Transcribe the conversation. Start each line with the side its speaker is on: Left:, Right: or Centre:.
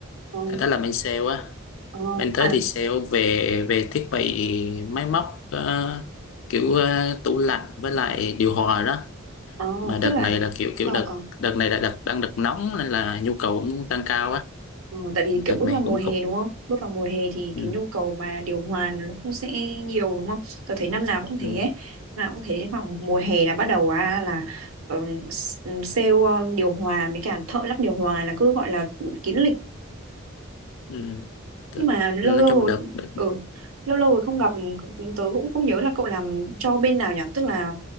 Right: Ờ,
Left: Tại tớ làm bên sale á.
Right: ờ,
Left: Bên tớ
Right: à,
Left: thì sale về về thiết bị máy móc ờ, kiểu ờ, tủ lạnh với lại điều hòa đó.
Right: ờ,
Left: Mà đợt
Right: tức là
Left: này là kiểu kiểu
Right: ờ,
Left: đợt
Right: ờ,
Left: đợt này là đợt đang đợt nóng nên là nhu cầu cũng tăng cao á.
Right: ờ, tại vì kiểu
Left: Đợt
Right: bước
Left: này
Right: vào mùa
Left: cũng
Right: hè
Left: cục.
Right: đúng không? Bước vào mùa hè thì
Left: Ừ,
Right: cái nhu cầu mà điều hòa nó cũng sẽ nhiều đúng không? Tớ thấy năm nào cũng thế
Left: ừ,
Right: ấy. Năm nào cũng thế đến khoảng mùa hè là bắt đầu à, là ờ, s- sale ờ, điều hòa với cả thợ lắp điều hòa là cứ gọi là kín lịch
Left: ừ.
Right: nhưng
Left: Đợt-
Right: mà lâu
Left: Nói
Right: lâu
Left: chung
Right: rồi
Left: đợt, đợt
Right: ừ lâu lâu rồi không gặp tớ cũng không nhớ là cậu làm cho bên nào nhỉ tức là